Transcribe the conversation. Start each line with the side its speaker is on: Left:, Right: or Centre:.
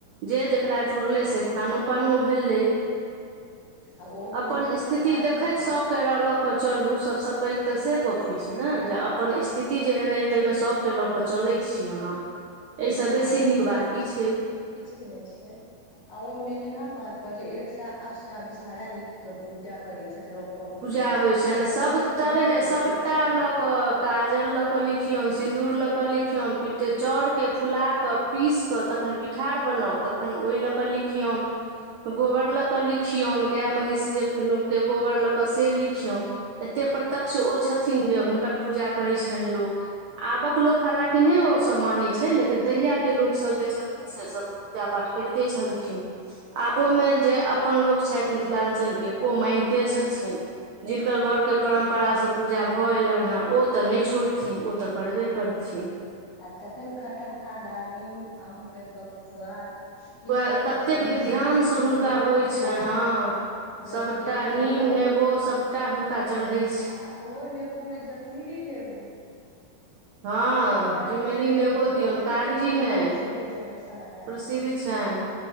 Right: जे जकरा
Left: हँ
Right: जुड़लैय से खानो पानो भेलैय
Left: आ ओ मैना
Right: अपन स्थिति
Left: पात
Right: देखैत
Left: पर
Right: सभके रहलक केऽ चलू सभसँ पैघ तऽ से गप होइत छैय ना जे अपन स्थिति जेहन अइ तइमे सभ सबके लऽ कऽ चलैय छी अहाँ एहिसँ
Left: हँ
Right: बेसी नीक बात की छै हूँ
Left: किछ नय छय आ ओ मैना पात अपन जे <unintelligible> एक सै आठ टा बिषहाररा लिख कऽ पूजा करैत छथिन ओ पबनैतिन
Right: पूजा होइ
Left: सब
Right: छइन
Left: से कतेक
Right: सभ तरहे
Left: नीक
Right: सभटा
Left: लगै छै
Right: लऽ कऽ काजर लऽ कऽ लिखियौन सिन्दूर लऽ कऽ लिखियौन
Left: हँ
Right: चाउरके फुलााकऽ पीस कऽ तखन पिठार बनाउ तखन ओय लऽ कऽ लिखियौन गोबर लऽ कऽ लिखियौन गैय महींष जे के गोबर लऽ कऽ से लिखियौन एते प्रत्यक्ष ओ छथिन जे हुनकर पूजा करै छइन लोको आबक लोक हलााँकि नइ ओसभ मानैत छै लेकिन तहियाके लोकसभ जे छलखिन से सभ तऽ, पूजा पाठ करिते छलखिन। आबो मे जे अपन लोक छइथ मिथिलाञ्चल के ओ मानिते छथि थिन जिनकर
Left: आ
Right: घरके परम्परा सँ पूजा भऽ, एयलईन हेँ ओ तऽ, नइ छोड़थिन ओ तऽ, करबे करथिन।
Left: आ तखन खटहा दारिम आमके पकुआ ई
Right: उए
Left: सब
Right: कतेक
Left: प्रसिद्ध
Right: विध्यान
Left: छनि
Right: सँ हुनका
Left: नीमक
Right: होइ छइन
Left: पात
Right: ना।
Left: जमीरी
Right: सभटा
Left: नेबो
Right: नीम नेबो सभटा हुनका चढ़ै छै
Left: आ ओहो नेेबो मे जमीरी नेेबो
Right: हँ
Left: ओहो ने कागजी
Right: जिमरी
Left: नेबो ने ज्मीरे
Right: दियौन कागजी
Left: नेबोटा
Right: नहि
Left: प्रसिद्ध छनि विषहरा
Right: प्रसिद्ध
Left: कै
Right: छनि